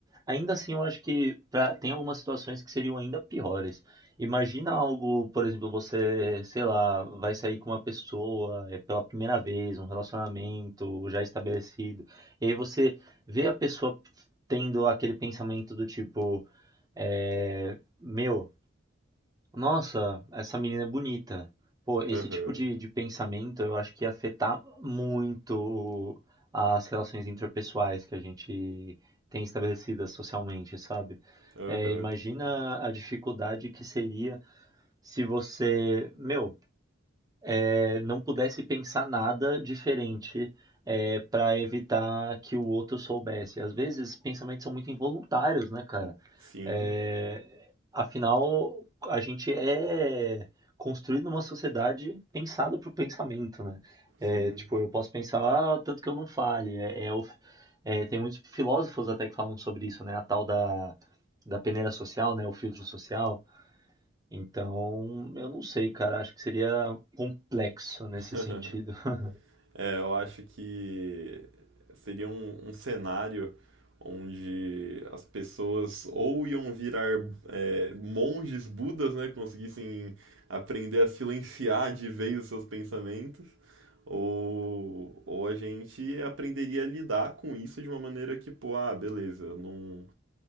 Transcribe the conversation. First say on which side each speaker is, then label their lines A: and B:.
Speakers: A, on the right; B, on the right.
A: ainda assim eu acho que pra- tem algumas situações que seriam ainda piores. Imagina algo, por exemplo, você, sei lá, vai sair com uma pessoa é, pela primeira vez, um relacionamento já estabelecido, e aí você vê a pessoa tendo aquele pensamento do tipo. É, meu, nossa, essa menina é bonita. Pô, esse
B: Aham,
A: tipo de, de pensamento eu acho que ia afetar muito as relações interpessoais que a gente tem estabelecidas socialmente, sabe?
B: aham.
A: É, imagina a dificuldade que seria se você, meu, eh, não pudesse pensar nada diferente é, para evitar que o outro soubesse. Às vezes, pensamentos são muito involuntários, né, cara?
B: Sim,
A: Eh, afinal, a gente é construído numa sociedade pensada pro pensamento, né? Eh,
B: sim.
A: tipo, eu posso pensar, ah, tanto que eu não fale. É, é o- é, tem muitos filósofos até que falam sobre isso, né? A tal da, da peneira social, né? O filtro social. Então, eu não sei, cara. Acho que seria complexo nesse
B: <laughs>
A: sentido. <laughs>
B: É, eu acho que seria um, um cenário onde as pessoas ou iam virar é, monges budas, né, que conseguissem aprender a silenciar de vez os seus pensamentos, ou, ou a gente aprenderia a lidar com isso de uma maneira que, pô, ah, beleza, não,